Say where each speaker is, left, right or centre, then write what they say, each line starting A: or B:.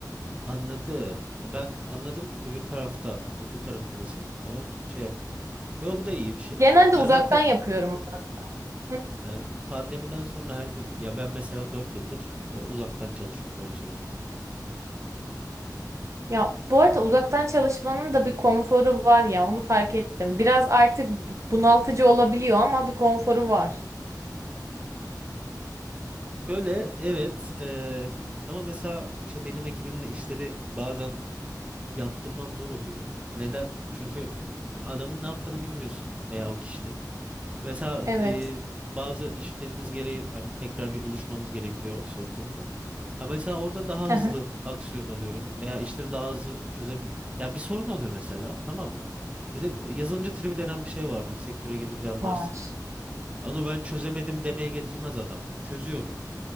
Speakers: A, on the right; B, on the right.
A: anladım. Ben anladım ki öbür tarafta, okul tarafındasın ama şey yap. Yo bu da iyi bir şey.
B: Genelde
A: Ya
B: uzaktan
A: zaten
B: yapıyorum. ben.
A: e, pandemiden sonra herkes ya ben mesela 4 yıldır e, uzaktan çalışıyorum öyle söyleyeyim sana.
B: Ya bu arada uzaktan çalışmanın da bir konforu var ya onu fark ettim. Biraz artık bu- bunaltıcı olabiliyor ama bir konforu var.
A: Şöyle evet e, ama mesela işte benim ekibimde işleri bazen yaptırmam zor oluyor. Neden? Çünkü adamın ne yaptığını bilmiyorsun veya o kişinin. Mesela e,
B: Evet.
A: bazı işlerimiz gereği hani tekrar bir buluşmamız gerekiyor ofis ortamında. Ha mesela orada daha
B: Aha.
A: hızlı aksiyon alıyorum veya işleri daha hızlı çözebil. Ya bir sorun oluyor mesela tamam mı? Bir de e, yazılımcı tribi denen bir şey vardır sektöre girince anlarsın.
B: Var.
A: Onu ben çözemedim demeye getirmez adam. Çözüyorum.